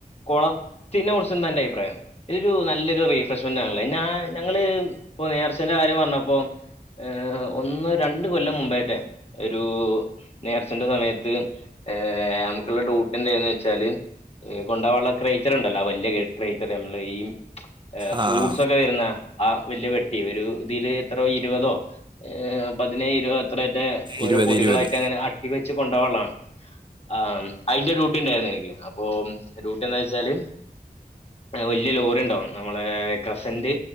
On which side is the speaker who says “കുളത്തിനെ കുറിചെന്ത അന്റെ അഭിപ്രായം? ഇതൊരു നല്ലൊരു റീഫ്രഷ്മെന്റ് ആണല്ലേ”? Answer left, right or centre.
Left